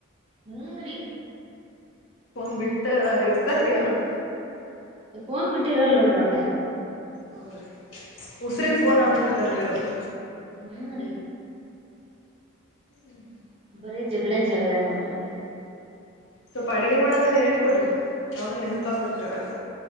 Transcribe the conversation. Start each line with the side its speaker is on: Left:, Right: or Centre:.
Right: ಹ್ಮಂಗ್ರಿ
Left: ಫೋನ್ ಬಿಟ್ಟ ಇರ್ತಾರೀ ಅವರು
Right: ೋನ್ ಬಿಟ್ಟಿರಲ್ ನೋಡ್ರಿ ಒಟ್ಟ
Left: ಹೌದ್ರಿ ಉಸಿರಗ್
Right: ಹ್ಮ್
Left: ಫೋನ್
Right: ರೀ
Left: ಆಗ್ಬಿಟ್ಟೇತ್ತಲ್ರರಿ ಅವ್ರದ್ದು
Right: ಹ್ಮ್ ರೀ
Left: ಹ್ಮ್್ಮ
Right: ಬರೀ ಜಗಳ ಜಗಳ ನೋಡ್ರಿ ಬರ
Left: ಸ್ವಲ್ಪ ಅಡಗೆ ಮಾಡದೆಲ್ಲ ಹೇಳ್ಕೊಡ್ರಿ ಯಾವಾಗನ್ ಎಲ್ಪ್ ಆಗ್ತತ್ ರೀ ಅವ್ರಿಗೆ